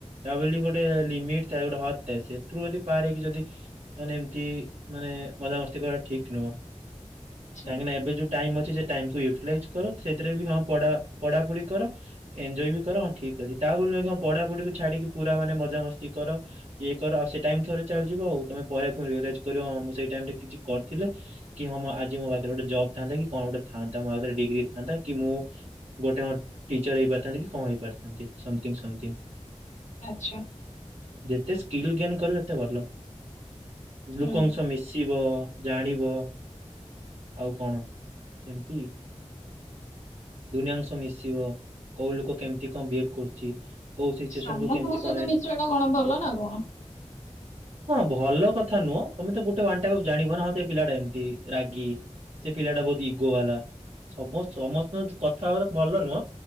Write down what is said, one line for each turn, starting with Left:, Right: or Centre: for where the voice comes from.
Right: ତା ବଲି ଗୋଟେ ଲିମିଟ୍ ଥାଏ ଗୋଟେ ହତ୍ ଥାଏ ସେଠୁ ଯଦି ପାର୍ ହେଇକି ଯଦି ମାନେ ଏମତି ମାନେ ମଜାମସ୍ ସେଗୁଡ଼ା ଠିକ୍ ନୁହଁ
Left: ଆଚ୍ଛା
Right: କାହିଁକିନା ଏବେ ଯୋଉ ଟାଇମ୍ ଅଛି ସେ ଟାଇମ୍ କୁ ୟୁଟିଲାଇଜ୍ କର ସେଥିରେ ବି ହଁ ପଢ଼ା ପଢାପୁଡ଼ି କର ଏଞୟ ବି କର ହଁ ଠିକ୍ ଅଛି ତା ବୋଲି ନୁହେଁ କି ହଁ ପଢ଼ାପୁଡ଼ିକୁ ଛାଡିକି ପୁରା ମାନେ ମଜାମସ୍ତି କର ୟେ କର ଆଉ ସେ ଟାଇମ୍ ଥରେ ଚାଲ୍ ଯିବ ଆଉ ତମେ ପରେ ଫୁଣି ରିଅଲାଇଜ୍ କରିବ ହଁ ସେ ଟାଇମ୍ ରେ ମୁଁ କିଛି କରଥିଲେ କି ହଁ ମୋ ଆଜି ମୋ ପାଖରେ ଗୋଟେ ଜବ୍ ଥାନ୍ତା କି କଣ୍ ଗୋଟେ ଥାନ୍ତା ମୋ ହାତରେ ଡିଗ୍ରୀ ଥାନ୍ତା କି ମୁଁ ଗୋଟେ ହଁ ଟିଚର୍ ହେଇପାରିଥାନ୍ତି କି କଣ୍ ହେଇପାରିଥାନ୍ତି ସମଥିଙ୍ଗ୍ ସମଥିଙ୍ଗ୍
Left: ଆଛା।
Right: ଯେତେ ସ୍କିଲ୍ ଗେନ୍ କରିବେ ସେତେ ଭଲ
Left: ହୁଁ
Right: ଲୁକଙ୍କ ସହ ମିଶିବ ଜାଣିବ ଆଉ କଣ ସେମତି ଦୁନିଆଙ୍କ ସହ ମିଶିବ କୋଉ ଲୋକ କେମତି କଣ ବିହେବ୍ କରୁଛି କୋଉ ସିଚୁଏସନ
Left: ସମସ୍ତଙ୍କ
Right: କୁ କେମିତି
Left: ସାହିତ
Right: କଣ ହେ
Left: ମିଶିବାଟା କଣ ଭଲ ନା କଣ?
Right: ହଁ ଭଲ କଥା ନୁଅଁ ତମେ ତ ଗୋଟେ ୱାନ୍ ଟାଇପ୍ ଅଫ ଜାଣିବ ନା ହଁ ସେ ପିଲାଟା ଏମତି ରାଗି ସେ ପିଲାଟା ବହୁତ୍ ଇଗୋ ୱାଲା ସମସ ସମସ୍ତଙ୍କ ସହ କଥା ହବା ତ ଭଲ ନୁଅଁ